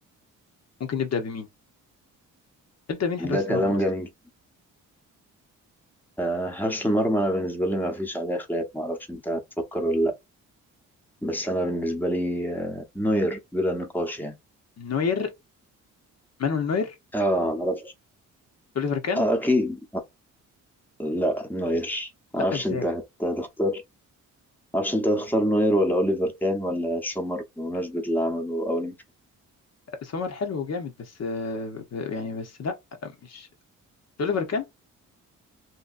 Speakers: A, on the left; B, in the centre.
A: ممكن نبدا بمين نبدا بمين
B: ده
A: حراس
B: كلام
A: المرمى اصلا
B: جميل آه، حارس المرمى انا بالنسبه لي ما فيش عليه خلاف ما اعرفش انت هتفكر ولا لا بس انا بالنسبه لي آه، نوير بلا نقاش يعني
A: نوير مانويل نوير
B: اه معرفش
A: اوليفر كان
B: اه اكيد لا نوير
A: لا
B: معرفش
A: ازاي
B: انت هت- هتختار معرفش انت هتختار نوير ولا اوليفر كان ولا سومر بمناسبه اللي عمله اول
A: سومر حلو وجامد بس آه ب- يعني بس لا مش اوليفر كان